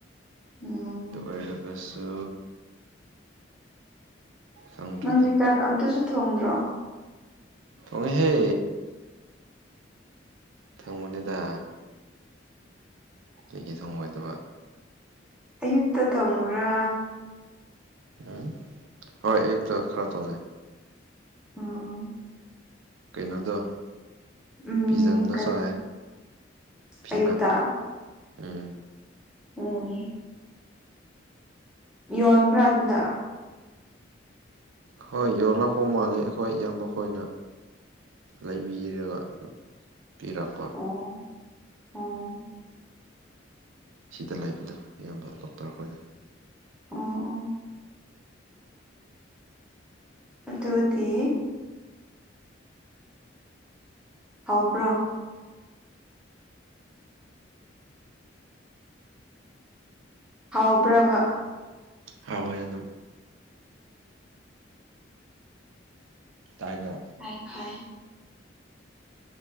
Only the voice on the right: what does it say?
ꯑꯗꯨ ꯑꯣꯏꯔꯒꯁꯨ ꯈꯪꯗ꯭ꯔꯦꯗ
ꯊꯉꯦꯍꯦ ꯊꯪꯃꯅꯦꯗ ꯀꯦꯒꯤ ꯊꯣꯡ ꯑꯣꯏꯣꯏꯗꯕ
ꯎꯝ ꯍꯣꯏ ꯑꯌꯨꯛꯇ ꯈꯔ ꯇꯣꯡꯉꯦ
ꯀꯩꯅꯣꯗꯣ
ꯄꯤꯖꯟꯗꯣ
ꯁꯥꯏ ꯐꯤꯅ
ꯎꯝ
ꯍꯣꯏ ꯌꯣꯜꯂꯛꯄ ꯃꯥꯜꯂꯦ ꯑꯩꯈꯣꯏ ꯏꯌꯥꯝꯕꯣꯏꯅ ꯂꯩꯕꯤꯔꯒ ꯄꯤꯔꯛꯄ
ꯁꯤꯗ ꯂꯩꯕꯗꯣ ꯑꯌꯥꯝꯕ ꯗꯣꯛꯇꯔ ꯑꯩꯈꯣꯏꯅ
ꯍ ꯍꯣꯏ ꯑꯗꯨꯝ ꯇꯥꯏꯒꯣ